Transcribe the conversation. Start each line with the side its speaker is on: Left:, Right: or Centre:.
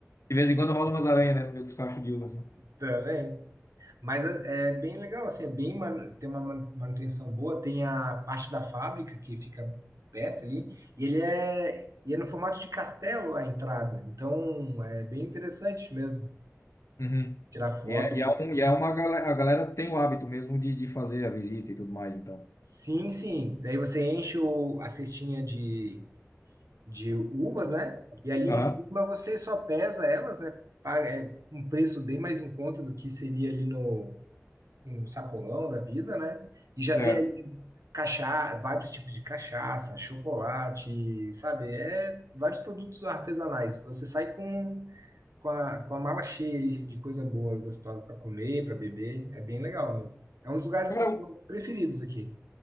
Left: De vez em quando rola umas aranhas, né? No meio dos cachos de uva, assim.
Right: Também. Mas é é bem legal, assim, é bem man- tem uma man- manutenção boa, tem a parte da fábrica que fica perto ali, e ele é, e é no formato de castelo a entrada, então é bem interessante mesmo
Left: Uhum.
Right: tirar foto.
Left: E é, e é, um, e é uma galera, a galera tem o hábito mesmo de, de fazer a visita e tudo mais, então.
Right: Sim, sim, daí você enche o- a cestinha de, de uvas, né? E ali
Left: Aham.
Right: em cima você só pesa elas, né? Paga, é um preço bem mais em conta do que seria ali no, um sacolão da vida, né? E já
Left: Certo.
Right: tem aí cachaça, vários tipos de cachaça, chocolate, sabe? É vários produtos artesanais. Você sai com, com a, com a mala cheia de de coisa boa, gostosa para comer, para beber. É bem legal mesmo. É um dos lugares
Left: Cara,
Right: preferidos aqui.